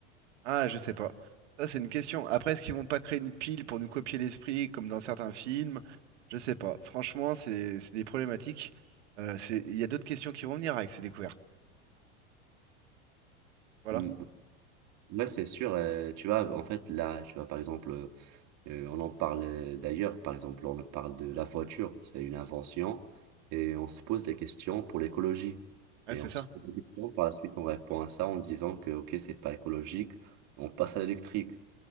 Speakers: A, on the right (about 80°); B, on the right (about 50°).
A: Ah je sais pas. Ça c'est une question. Après est-ce qu'ils vont pas créer une pile pour nous copier l'esprit comme dans certains films? Je sais pas. Franchement c'est c'est des problématiques. Euh, c'est- Il y a d'autres questions qui vont venir avec ces découvertes. Voilà.
B: Hmm, Ouais, c'est sûr. euh, tu vois, en fait, là, tu vois, par exemple, Euh, on en parle euh, d'ailleurs, par exemple, on parle de la voiture, c'est une invention, et on se pose des questions pour l'écologie.
A: Ouais,
B: Et
A: c'est
B: on
A: ça.
B: se pose des questions, par la suite, on répond à ça en disant que, OK, c'est pas écologique, on passe à l'électrique.